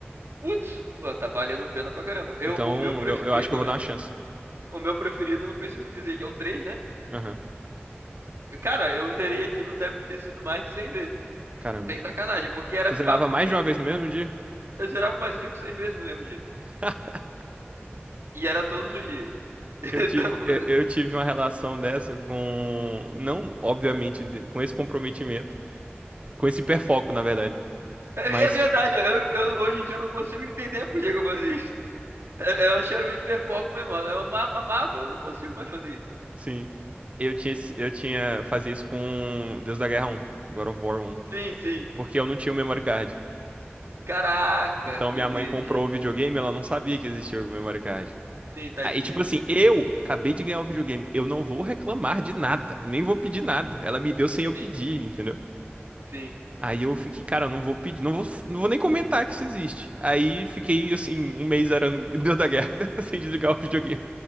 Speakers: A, on the right (about 75°); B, on the right (about 30°).
A: Putz, mano, tá valendo pena pra caramba. Eu,
B: Então,
A: o meu preferido
B: eu, eu acho que eu vou
A: é.
B: dar uma chance.
A: O meu preferido, não preciso dizer que é o 3 né?
B: Aham,
A: Cara, eu zerei aquilo, deve ter sido mais de 100 vezes.
B: caramba.
A: Sem sacanagem, porque era
B: Tu
A: papo
B: zerava mais
A: de.
B: de uma vez no mesmo dia?
A: Eu zerava umas 5 6 vezes no mesmo dia.
B: <laughs>
A: E era todos os dias. <laughs> Então,
B: Eu tive, eu eu tive uma relação dessa com, não, obviamente, de- com esse comprometimento, com esse hiperfoco, na verdade,
A: é
B: mas
A: é verdade, eu, eu- hoje em dia eu não consigo entender por que que eu fazia isso. Eu achei era o hiperfoco mesmo. mano. Eu ama- amava, eu não consigo mais fazer isso.
B: Sim. Eu tinha, esse- eu tinha, eu fazia isso com Deus da Guerra um God of War 1,
A: Sim, sim.
B: porque eu não tinha o memory card.
A: Caraca,
B: Então
A: meu
B: minha
A: Deus.
B: mãe comprou o videogame, ela não sabia que existia o memory card.
A: Sim, tadinho.
B: Aí, tipo assim, eu acabei de ganhar o videogame, eu não vou reclamar de nada, nem vou pedir nada. Ela me deu sem eu pedir,
A: Sim,
B: entendeu?
A: sim.
B: Aí eu fiquei, cara, eu não vou pedir, não vou, não vou nem comentar que isso existe. Aí fiquei, assim, um mês arando <laughs> Deus da Guerra, <laughs> sem desligar o videogame.